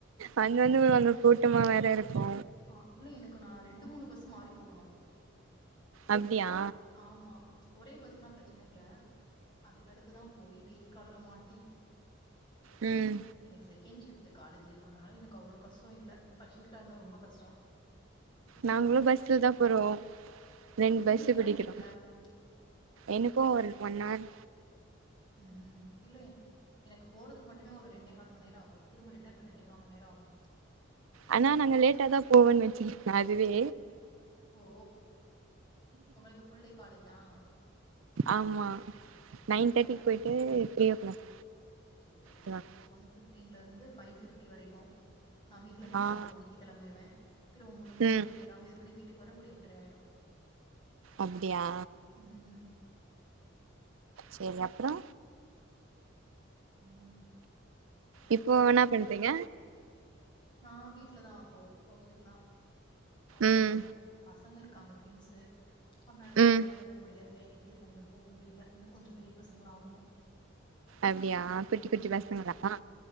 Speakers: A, on the right; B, on the left.
A: வந்து வந்து அங்க கூட்டமா வேற இருக்கு
B: ஆ இல்ல எனக்கு நா ரெண்டு மூணு பஸு மாறி போகணு
A: அப்டியா
B: ஆமா ஒரே பஸ்னா பிரச்சனை இல்ல அதுக்கடுத்துதா போய் டேஸ் காலர்ல மாட்டி
A: ம்
B: எனக்கு செகண்ட் ஷிப்டு காலேஜ் அதனால எனக்கு அவ்ளோ கஷ்டோ இல்ல ஃபர்ஸ்ட் ஷிப்டா இருந்தா ரொம்ப கஷ்டோ
A: நாங்களு பஸ்ல தா போறோ ரெண்டு பஸ்ஸு
B: எவ்ளோ நேரோ
A: பிடிக்கிறோ
B: உங்களுக்கு ட்ரவல்
A: எனக்கு ஒரு ஒன் ஹவர்
B: ம் இல்ல எனக்கு போறதுக்கு மட்டுமே ஒரு ரெண்டே கால் மணி நேரோ ஆகு திரும்ப ரிட்டன் ரெண்டே கா மணி நேரோ ஆகு
A: ஆனா நாங்க லேட்டாதா போவோன்னு வச்சக்கோங்க அதுவே
B: ஓ உங்களுக்கு ஃபுல் டே காலேஜா
A: ஆமா நைன் தேர்ட்டிக்கு போயிட்டு த்ரீ ஓ கிளாக்
B: செரி செரி
A: வருவாங்க
B: எங்களுக்கு ஒன் ஃபிப்டின்ல இருந்து ஃபைவ் ஃபிப்டி வரைக்கு நா வீட்டுல இருந்து பதினோரு
A: ஆ
B: மணிக் கி கெளம்பிடுவே திரும்ப முடிஞ்சு
A: ம்
B: நைட் எல்லா இது பண்ணி வீட்டுக்கு வர ஒரு எட்டரை ஆயிடு
A: அப்பிடியா
B: ம்
A: சேரி அப்புறோ
B: ம்
A: இப்போ என்னாப் பண்றீங்க
B: நா வீட்டுலதா அப்போ ஹவுஸ் ஒஃப் தா ஆமா
A: ம்
B: பசங்க இருக் காங்க டிவின்ஸு அதனால வெளியில
A: ம்
B: எல்லா போ முடியாது வேலைக் கி இதெல்லா எதுவு போக முடியல இன்னு கொஞ்சோ பெரிய பசங்களா ஆகணு
A: அப்டியா குட்டி குட்டி பசங்களா